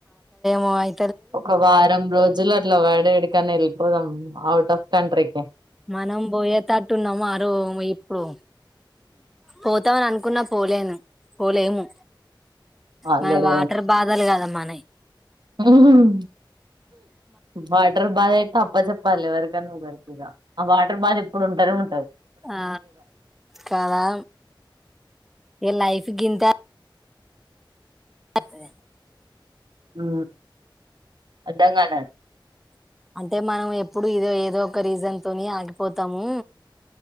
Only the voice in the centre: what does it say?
వాయ్
మనం పోయేతట్టు ఉన్నామ ఆ రూమ్ ఇప్పుడు పోతం అని అను అనుకున్నా పోలేను పోలేము
మన వాటర్ బాధలు గాదా మనయ్
ఆ కదా ఇగ లైఫ్ గింతే అదే
అంటే మనం ఎప్పుడు ఇదో ఏదో ఒక రీజన్ తోని ఆగిపోతాము.